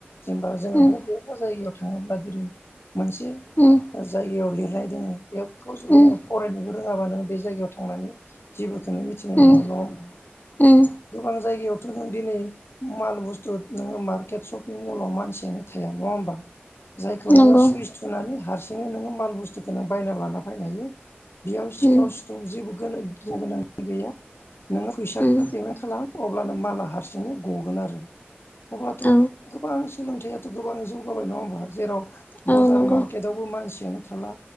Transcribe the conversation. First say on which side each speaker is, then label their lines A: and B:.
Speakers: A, on the left; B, on the left.
A: जेनेबा जोङो
B: उम
A: बबेबा जायगायाव थाङोब्ला जेरै मोनसे।
B: उम
A: जायगायाव लिरनाय दोङो बेखौ जुदि
B: उम
A: नोङो फरायनोबो रोङाबा नोङो बे जायगायाव थांनानै जेबो। मिथिनाय नङा
B: उम
A: नङा होनबा?
B: उम
A: गोबां जायगायावथ' नों दिनै माल बुस्थु नोङो मार्केट शपिं मलाव मानसियानो थाया। जायखौ
B: नंगौ
A: नोङो सुइस थुनानै। थिंनो नोङो माल बुस्थुखौ बायना लाना फैनो हायो। बेयाव सिखाव
B: उम
A: सिथोब जेबो गिनो गोनां गैया। नोङो फैसाखौ
B: उम
A: पेमेन्ट खालाम अब्लानो माला हारसिंनो गगोन आरो। अब्लाथ'
B: औ
A: गोबां सोलोंथाइयाथ' गोबां जौगाबाय नङा होमबा जेराव
B: औ
A: बजार
B: नंगौ
A: मार्केटआव। बो मानसियानो थाला।